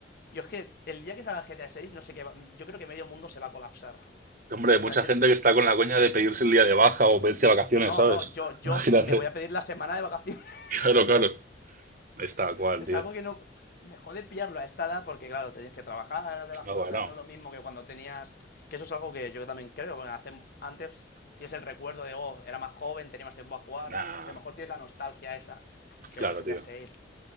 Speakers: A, on the left; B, on the right.
A: Yo es que el día que salga GTA seis no sé qué, va- yo creo que medio mundo se va a colapsar.
B: Hombre, hay
A: O
B: mucha
A: sea, yo,
B: gente que está con la coña de pedirse el día de baja o pedirse vacaciones,
A: no, no,
B: ¿sabes?
A: no, yo,
B: <laughs>
A: yo
B: Imagínate.
A: me voy a pedir la semana de vacaciones. <laughs>
B: Claro, claro. Está cual,
A: Es
B: tío.
A: algo que no... Me jode pillarlo a esta edad porque, claro, tenías que trabajar de las
B: No,
A: cosas,
B: bueno.
A: no es lo mismo que cuando tenías... Que eso es algo que yo también creo, porque hace- antes tienes el recuerdo de, oh, era más joven, tenía más tiempo a jugar,
B: Nah.
A: y a lo mejor tienes la nostalgia esa. Pero
B: Claro,
A: GTA
B: tío.
A: 6,